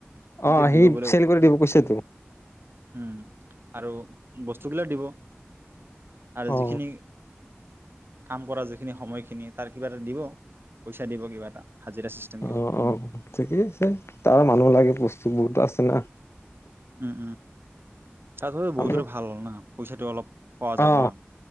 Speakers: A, on the right; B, on the left.
A: শিকে
B: অ
A: দিব
B: সি
A: বোলে
B: চেল কৰি দিব কৈছে তো।
A: উম আৰু বস্তু গিলা দিব। আৰু
B: অ।
A: যিখিনি কাম কৰা যিখিনি সময়খিনি তাৰ কিবা এটা দিব, পইচা দিব কিবা এটা। হাজিৰা চিষ্টেম কিবা
B: অ, অ। ঠিকেই আছে। তাৰ মানুহ লাগে বস্তু বহুত আছে না।
A: উম, উম। চা তোৰ বহুতৰে
B: আমলক
A: ভাল হ'ল ন। পইচাটোটো অলপ পোৱা যাব
B: অ
A: না।